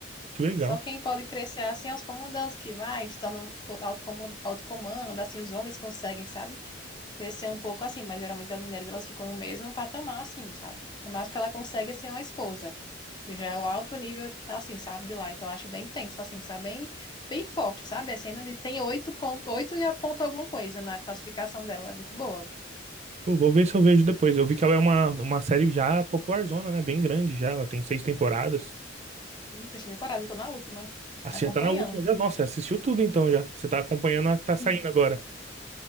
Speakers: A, on the right (about 35°); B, on the left (about 25°).
A: que legal.
B: Só quem pode crescer assim é os comandantes que vai, se tornam autocomando, autocomando, assim, os homens conseguem, sabe? Crescer um pouco assim, mas geralmente as mulheres elas ficam no mesmo patamar, assim, sabe? O máximo que ela consegue é ser uma esposa, que já é o alto nível, assim, sabe, de lá. Então, eu acho bem intenso, assim, sabe? Bem, bem forte, sabe? As cenas e tem oito ponto, oito e a ponto alguma coisa na classificação dela, é muito boa.
A: Pô, vou ver se eu vejo depois. Eu vi que ela é uma, uma série já popularzona, né? Bem grande já, ela tem seis temporadas.
B: Isso, eu cheguei parada, eu tô na última.
A: Ah,
B: Tá
A: você
B: acompanhando.
A: já tá na última já. Nossa, assistiu tudo então já. Você tá acompanhando a que tá saindo
B: <laughs>
A: agora.